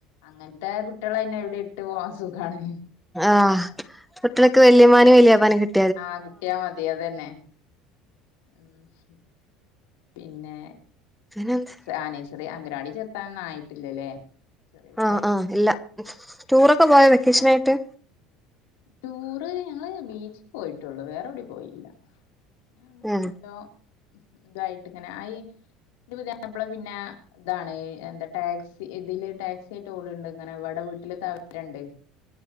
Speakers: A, on the left (about 85°); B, in the centre.
A: അങ്ങൻത്തെ കുട്ട്യളെ പിന്നെ എവിടിട്ട് പോവാൻ സുഖാണ്
B: ആഹ് കുട്ട്യളൊക്കെ വല്യമ്മാന്യും വല്യാപ്പാന്യും കിട്
A: ആഹ് കിട്ട്യാ മതി അതന്നെ ഉം ഹും പിന്നെ
B: പിനന്ത്
A: ആഹ് നേഴ്സറി അംഗനവാടി ചേർത്താനൊന്നായിട്ടില്ലലേ, ചെറ്യേ കുട്ട്യായണ്ട്
B: ആഹ് ആഹ് ഇല്ല ടൂറൊക്കെ പോയ വെക്കേഷനായിട്ട്
A: ടൂറ് ഞങ്ങള് ബീച്ചി പോയിട്ടൊള്ളു. വേറെവിടിം പോയില്ല പിന്നെ
B: ഏഹ്
A: ഓരോ തായിട്ട് ഇങ്ങനെ. ഐ ന്റെ പുത്യാപ്പള പിന്നെ താണ് എന്ത ടാക്സി ഇതില് ടാക്സി ആയിട്ട് ഓട്ണ്ട്ങ്ങനെ വടെ വീട്ടില് തവേരണ്ട്